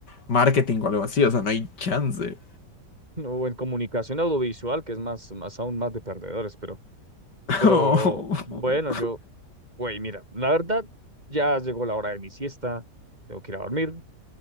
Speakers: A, on the left; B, on the right.
A: marketing o algo así, o sea, no hay chance.
B: <laughs> ¿no? o en comunicación audiovisual, que es más, más aún más de perdedores, pero,
A: <laughs>
B: pero bueno, yo, güey, mira, la verdad, ya llegó la hora de mi siesta, tengo que ir a dormir.